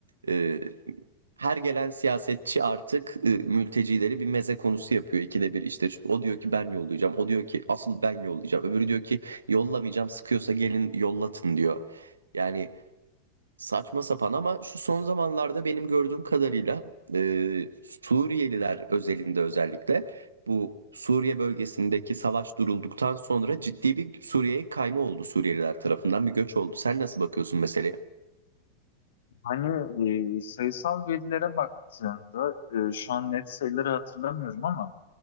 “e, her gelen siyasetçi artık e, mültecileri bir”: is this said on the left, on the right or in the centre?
Right